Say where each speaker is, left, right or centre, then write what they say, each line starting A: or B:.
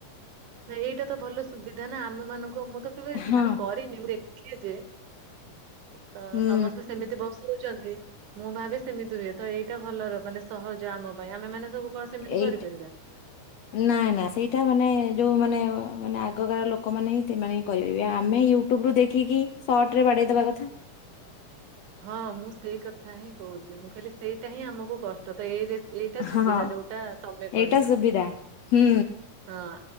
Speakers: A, on the right; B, on the left.
A: ନାଇ ଏଇଟା ତ ଭଲ ସୁବିଧା ନା ଆମ ମାନଙ୍କୁ, ମୁଁ ତ କେବେ
B: ହଁ
A: ମାନେ କରିନି ମୁ ଦେଖିଛି। ତ
B: ହୁଁ
A: ସମସ୍ତେ ସେମିତି ବସ ଚନ୍ତି ମୁଁ ଭାବେ ସେମିତି ହୁଏ ତ ଏଇଟା ଭଲର ମାନେ ସହଜ ଆମ ପାଇଁ ଆମେ ମାନେ ସବୁ କଣ ସେମିତି
B: ଏଇଟା
A: କରିପାରିବା।
B: ନା ନା ସେଇଟା ମାନେ ଯଉମାନେ ମାନେ ଆଗକାଳ ଲୋକମାନେ ହିଁ ତେମାନେ କରିପାରିବେ ଆମେ ୟୁଟୁବ୍ ରୁ ଦେଖିକି ସର୍ଟରେ ବାଡ଼େଇ ଦବା କଥା।
A: ହଁ ମୁଁ ସେଇ କଥା ହିଁ କହୁଚି ମୁଁ ଖାଲି ସେଇଟା ହିଁ ଆମକୁ କଷ୍ ତ ଏଇ ଜେ ଏଇଟା ସୁବିଧା
B: ହଁ
A: ଯୋଉଟା ତମେ କହିଲ
B: ଏଇଟା ସୁବିଧା ହୁଁ
A: ହଁ।